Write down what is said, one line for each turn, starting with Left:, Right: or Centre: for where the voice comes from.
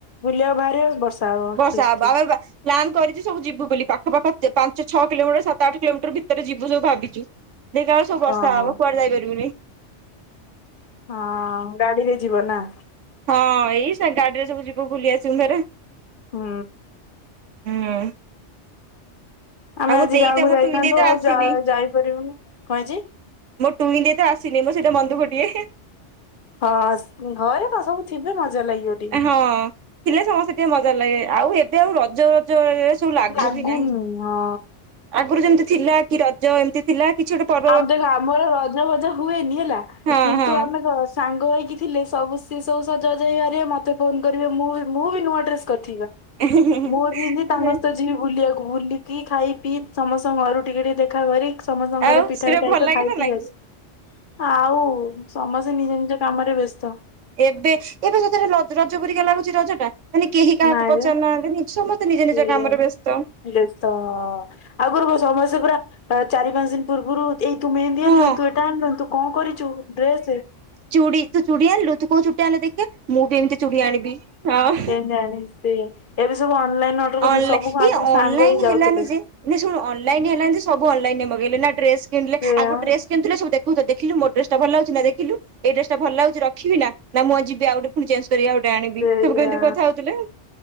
Left: ବୁଲିବାକୁ ବାହାରିବ ବର୍ଷା ହବ
Right: ବର୍ଷା
Left: ଠିକ୍
Right: ହବ
Left: ଠିକ୍।
Right: ଆମେ ବା ପ୍ଲାନ୍ କରିଛି ସବୁ ଯିବୁ ବୋଲି ପାଖ ପାଖ ପାଞ୍ଚ ଛଅ କିଲୋମିଟର ସାତ ଆଠ କିଲୋମିଟର ଭିତରେ ଯିବୁ ସବୁ ଭାବିଛୁ। ଦେଖିଲାକୁ ସବୁ ବର୍ଷା
Left: ଓହୋ।
Right: ହବ କୁଆଡ଼େ ଯାଇପାରିବୁନେଇ।
Left: ହଁ ଗାଡ଼ି ରେ ଯିବ ନା?
Right: ହଁ ଏଇ ସେ ଗାଡ଼ିରେ ସବୁ ଯିବୁ ବୁଲି ଆସିବୁ ଭେରେ।
Left: ହୁଁ।
Right: ହୁଁ।
Left: ଆମେ
Right: ଆଉ ମୋ
Left: ଆଜି
Right: ଦେଇ
Left: ଗାଁକୁ
Right: ତ ମୋ
Left: ଯାଇଥାନ୍ତୁ
Right: ଟୁଇଁ ଦେଇ ତ
Left: ଆଉ
Right: ଆସିନି।
Left: ଯା ଯାଇପାରିବୁନି।
Right: ମୋ ଟୁଇଁ ଦେଇ ତ ଆସିନି ମୁଁ ସେଇଟା ମନ ଦୁଃଖ ଟିକେ। ହେଁ
Left: ହଁଶ୍ ଘରେ ତ ସବୁ ଥିବେ ମଜା ଲାଗିବ ଟିକେ।
Right: ହଁ ଥିଲେ ସମସ୍ତେ ଟିକେ ମଜା ଲାଗେ ଆଉ ଏବେ ଆଉ ରଜ ଜ ଏରା ସବୁ ଲାଗୁ
Left: ଲାଗୁନି।
Right: ବି ନାହିଁ
Left: ହଁ
Right: ଆଗରୁ ଯେମତି ଥିଲା କି ରଜ ଏମତି ଥିଲା କିଛି ଗୋଟେ ପ
Left: ଆମ ଦେଖ ଆମର ରଜ ଭଜ ହୁଏନି ହେଲା।
Right: ହଁ
Left: କିନ୍ତୁ ଆମେ ଘସ୍ ସାଙ୍ଗ ହେଇକି ଥିଲେ ସବୁ ସିଏ ସବୁ ସଜବାଜ ହେଇକି ବାହାରିବେ। ମତେ ଫୋନ କରିବେ ମୁଁ ମୁଁ ବି ନୂଆ ଡ୍ରେସ କରିଥିବି ବା
Right: ହଁ
Left: ମୋର୍ ବି ତାଙ୍କ
Right: ହଁ।
Left: ସହିତ ଯିବି ବୁଲିବାକୁ। ବୁଲିକି ଖାଇ ପିଇ ସମସ୍ତଙ୍କ ଘରୁ ଟିକେ ଟିକେ ଦେଖା କରି ସମସ୍ତ
Right: ଆଉ
Left: ପିଠା ପିଠା
Right: ସେଟା
Left: ହେଇଥିବ
Right: ଭଲ ଲାଗେ
Left: ଖାଇ
Right: ନା
Left: ପି
Right: ନାଇଁ?
Left: ଆସି ଆଉ ସମସ୍ତେ ନିଜ ନିଜ କାମରେ ବ୍ୟସ୍ତ।
Right: ଏବେ ଏବେ ସେତରେ ରଜ ପରିକା ଲାଗୁଛି ରଜ ଟା? ମାନେ କେହି କାହାକୁ
Left: ନାଇଁ
Right: ପଚାରୁ
Left: ବା
Right: ନାହାନ୍ତି ସମସ୍ତେ ନିଜେ
Left: ସେଇଆ
Right: ନିଜ କାମରେ ବ୍ୟସ୍ତ।
Left: ବ୍ୟସ୍ତ ହଁ ଆଗରୁ କ ସମସ୍ତେ ପୁରା ଚାରି ପାଞ୍ଚ ଦିନ ପୂର୍ବରୁ ଏଇ ତୁ ମେହେନ୍ଦୀ
Right: ହଁ
Left: ଆଣିଲୁନୁ, ତୁ ଏଇଟା ଆଣିଲୁନୁ, ତୁ କଣ କରିଛୁ ଡ୍ରେସେ?
Right: ଚୁଡ଼ି ତୁ ଚୁଡ଼ି ଆଣିଲୁ ତୁ କୋଉ ଚୁଡ଼ିଟା ଆଣିଲୁ ଦେଖିଆ ମୁଁ ବି ଏମିତି ଚୁଡ଼ି ଆଣିବି ହଁ।
Left: ଜାଣିସ ପେ ଏବେ ସବୁ ଅନଲାଇନ ଅର୍ଡର କରୁଛନ୍ତି
Right: ଅନଲା,
Left: ସବୁ
Right: ଏଇ
Left: ଆଗରୁ
Right: ଅନଲାଇନ
Left: ସାଙ୍ଗ ହେଇ ଯାଉଥିଲେ।
Right: ହେଲାନି ଯେ ନାଇନା ଶୁଣୁ ଅନଲାଇନ ହେଲାଣି ଯେ ସବୁ ଅନଲାଇନରେ ମଗେଇଲେ ନା ଡ୍ରେସ କିଣିଲେ।
Left: ସେଇଆ
Right: ଆଗରୁ
Left: ବା
Right: ଡ୍ରେସ କିଣୁଥିଲେ ସବୁ ଦେଖୋଉଥିଲେ, ଦେଖିଲୁ ମୋ ଡ୍ରେସ୍ ଟା ଭଲଲାଗୁଛିନା ଦେଖିଲୁ। ଏଇ ଡ୍ରେସ୍ ଟା ଭଲ ଲାଗୁଛି ରଖିବି ନା ନା ମୁଁ ଆ ଯିବି ଆଉ ପୁଣି ଚେଞ୍ଜ କରିକି ଆଉ ଗୋଟେ ଆଣିବି
Left: ସେଇଆ
Right: ସବୁ କେମିତି କଥା ହଉଥିଲେ।